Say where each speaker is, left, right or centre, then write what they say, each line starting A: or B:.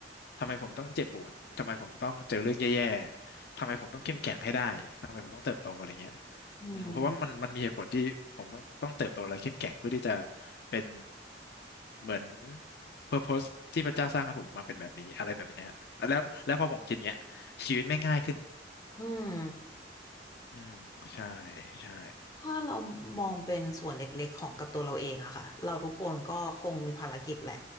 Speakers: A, on the left (about 60°); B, on the left (about 20°).
A: ทำไมผมต้องเจ็บปวดทำไมผมต้องเจอเรื่องแย่ๆทำไมผมต้องเข้มแข็งให้ได้ทำไมผมต้องเติบโตอะไรเงี้ย
B: อืม
A: อืมเพราะว่ามันมันมีเหตุผลที่ผมต้องต้องเติบโตและเข้มแข็งเพื่อที่จะเป็นเหมือน purpose ที่พระเจ้าสร้างให้ผมมาเป็นแบบนี้อะไรแบบเนี้ยแล้วแล้วพอผมคิดเงี้ยชีวิตไม่ง่ายขึ้น
B: อืม
A: อืมใช่ใช่
B: ถ้าเรามองเป็นส่วนเล็กๆของกับตัวเราเองอะค่ะเราทุกคนก็คงมีภารกิจแหละ